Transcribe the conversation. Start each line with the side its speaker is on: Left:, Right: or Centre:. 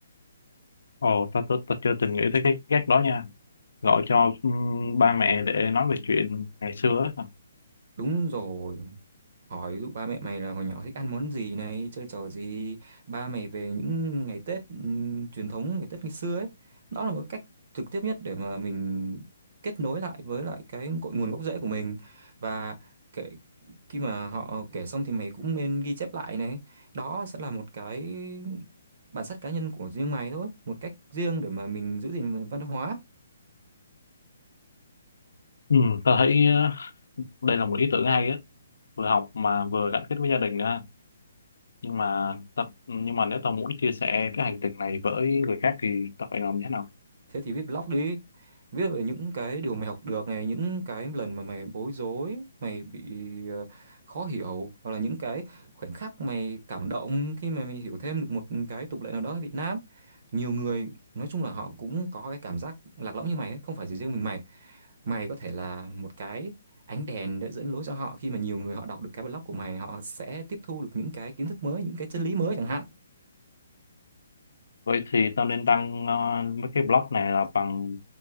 Left: ồ ta, ta ta chưa từng nghĩ tới cái cách đó nha gọi cho ừm, ba mẹ để nói về chuyện ngày xưa ấy.
Right: đúng rồi hỏi ví dụ ba mẹ mày là hồi nhỏ thích ăn món gì này chơi trò gì ba mày về những ngày Tết ừm, truyền thống ngày Tết ngày xưa ấy đó là một cái cách trực tiếp nhất để mà mình kết nối lại với lại cái cội nguồn gốc rễ của mình và kể khi mà họ kể xong thì mày cũng nên ghi chép lại này đó sẽ là một cái bản sắc cá nhân của riêng mày thôi một cách riêng để mà mình giữ gìn văn hóa
Left: Ừ, ta thấy ờ, đây là một ý tưởng hay á vừa học mà vừa gắn kết với gia đình nữa ha. nhưng mà tập nhưng mà nếu tao muốn chia sẻ cái hành trình này với người khác thì tao phải làm như thế nào
Right: thế thì viết blog đi viết về những cái điều mày học được này những cái lần mà mày bối rối mày bị ờ, khó hiểu hoặc là những cái khoảnh khắc mày cảm động khi mà mày hiểu thêm được một cái tục lệ nào đó ở Việt Nam nhiều người nói chung là họ cũng có cái cảm giác lạc lõng như mày ấy. không phải chỉ riêng mình mày mày có thể là một cái ánh đèn để dẫn lối cho họ khi mà nhiều người họ đọc được cái blog của mày họ sẽ tiếp thu được những cái kiến thức mới những cái chân lý mới chẳng hạn
Left: vậy thì tao nên đăng ờ, mấy cái blog này là bằng